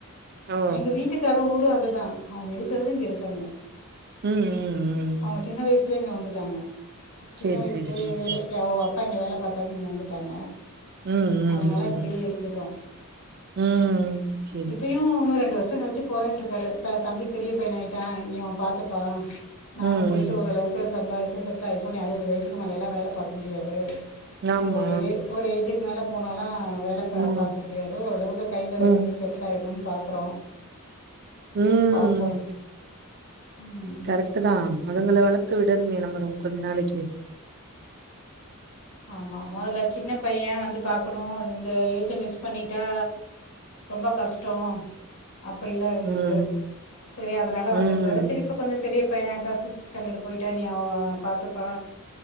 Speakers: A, on the right; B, on the left.
A: ஓ! ஓ!
B: எங்க வீட்டுக்காரர் ஊரு அது தா அவுங்க இருக்கிறது இங்க இருக்காங்க
A: ம் ம், ம்.
B: அவுங்க சின்ன வயசுலே இங்க வந்துட்டாங்க சின்ன
A: சரி,
B: வயசுலே
A: சரி, சரி,
B: வேலைக்காவ
A: சரி.
B: அப்பா இங்க வேல பாத்தாங்க இங்க வந்துட்டாங்க
A: ம், ம்,
B: அதனால இப்டியே இருந்துட்டோ
A: ம் செரி
B: இப்பயு இன்னு ரெண்டு வருஷோ கழிச்சு போறேன்ருக்காரு த தம்பி பெரிய பையனாயிட்டா இனி அவ பாத்துப்பா
A: ம்.
B: நானு போயிட்டு ஓரளவுக்கு சம்பாரிச்சு செட்லாயி இப்போ நீ அறுவது வயசுக்கு மேலயெல்லா வேல பாக்க முடியாது
A: ஆமா.
B: ஆ ஒரு ஏ ஒரு ஏஜுக்கு மேல போனால்லா வேல பா
A: ம்,
B: பாக்க முடியாது ஓரளவுக்கு கையில வச்சுக்கிட்டு
A: ம்,
B: செட்லாயிரணுன்னு பாக்கறோ
A: ம்.
B: பாப்போ ம்
A: கரெக்ட்டுதா அவங்கள வளத்து விடணுமே நம்மளு கொஞ்ச நாளைக்கி
B: ஆமா மொதல்ல சின்னப் பைய வந்து பாக்கணு இந்த ஏஜ மிஸ் பண்ணிட்டா ரொம்ப கஷ்டோ அப்டிலா இருந்தது
A: ம்,
B: செரி அதனால
A: ம்,
B: வந்திருந்தாரு செரி இப்ப கொஞ்சோ பெரிய பையனாய்ட்டா சிக்ஸ்த் ஸ்டாண்டர்ட் போய்ட்டா இனி அவ பாத்துப்பா